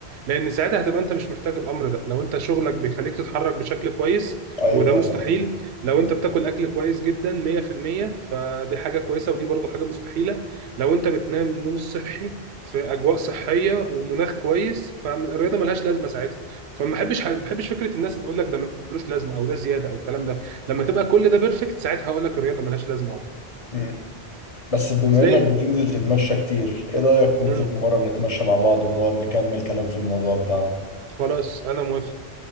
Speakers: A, on the right; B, on the left.
A: لان ساعتها هتبقى انت مش محتاج الامر ده لو انت شغلك بيخليك تتحرك بشكل كويس
B: ايوه
A: وده
B: فاهم
A: مستحيل
B: قصدك
A: لو
B: مم.
A: انت بتاكل اكل كويس جدا 100% فدي حاجه كويسه ودي برضو حاجه مستحيله لو انت بتنام نوم صحي في اجواء صحيه ومناخ كويس فالرياضه ملهاش لازمه ساعتها فما بحبش ما بحبش فكره الناس اللي بتقول لك ده ملوش لازمه او ده زياده او الكلام ده لما تبقى كل ده بيرفكت ساعتها هقول لك الرياضه ملهاش لازمه اهو
B: مم. بس بما
A: زي
B: انك بتنزل تتمشى كتير ايه رأيك ننزل
A: مم.
B: في مرة نتمشى مع بعض ونقعد نكمل كلام في الموضوع بتاعنا
A: خلاص انا موافق